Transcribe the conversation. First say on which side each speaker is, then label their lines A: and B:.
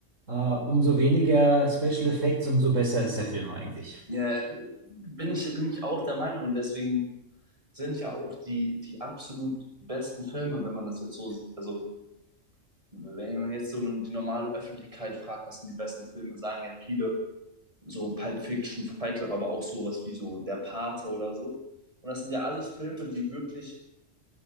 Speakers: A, on the right; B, on the right.
A: äh, umso weniger Special Effects, umso besser ist der Film eigentlich.
B: Ja, bin ich, bin ich auch der Meinung. Und deswegen sind ja auch die, die absolut besten Filme, wenn man das jetzt so sieht. Also, wenn man jetzt so nun die normale Öffentlichkeit fragt, was sind die besten Filme, sagen ja viele so Pulp Fiction, Fight Club, aber auch sowas wie so Der Pate oder so. Und das sind ja alles Filme, die wirklich